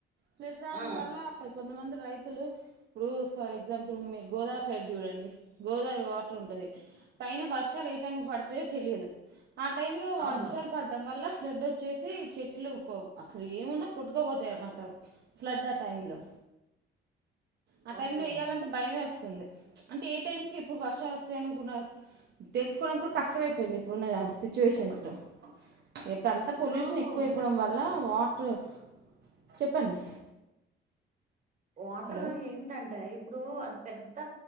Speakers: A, on the right; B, on the right.
A: ఫ్లడ్ రావడం
B: ఆ
A: వల్ల కొంతమంది రైతు వతులు ఇప్పుడు ఫర్ ఎగ్జాంపుల్ మీరు గోదావరి సైడ్ చూడండి గోదావరి వాటర్ ఉంటయీ పైన వర్షాలు ఏ టైం పడుతయో తెలియదు ఆ టైమ్ లో వర్షాలు
B: అవును
A: పడ్డం వల్ల ఫ్లడ్ వచ్చేసి చెట్లు అస్సలు ఏమున్నా కొట్టుకపోతాయి అన్నమాట ఫ్లడ్ ఆ టైంలో ఆ టైంలో
B: ఓకే
A: వేయ్యాలంటే భయమే వస్తుంది అంటే ఏ టైంకి ఇప్పుడు వర్షాలు వస్తాయను తెలుసుకోవడం కూడా కష్టమైపోయింది ఇప్పుడున్న సిచ్యువేషన్స్లో ఇప్పుడంతా
B: ఇప్పుడు
A: పొల్యూషన్ ఎక్కువైపోవడం వల్ల వాటర్ చెప్పండి
B: వాటర్
A: హలో
B: ఏంటంటే ఇప్పుడు అది పెద్ద